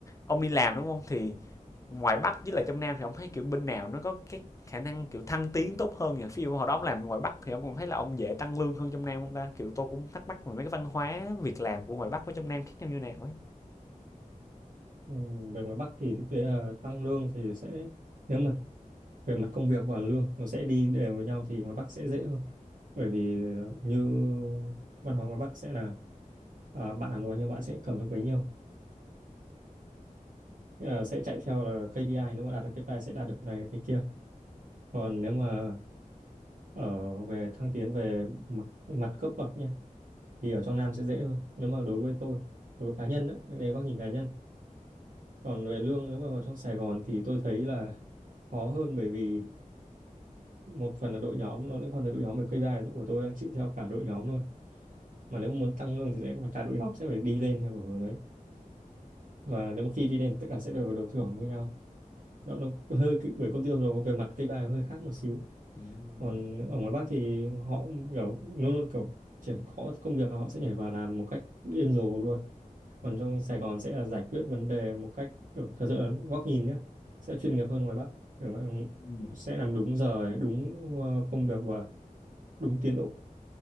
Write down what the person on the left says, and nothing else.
ông đi làm đúng không thì ngoài bắc với là trong nam thì ông thấy kiểu bên nào nó có cái khả năng kiểu thăng tiến tốt hơn nhỉ ví dụ hồi đó ông làm ngoài bắc thì ông còn thấy là ông dễ tăng lương hơn trong nam không ta kiểu tôi cũng thắc mắc về mấy cái văn hóa việc làm của ngoài bắc với trong nam khác nhau như nào ấy
Ừm,
ừm,
ừm,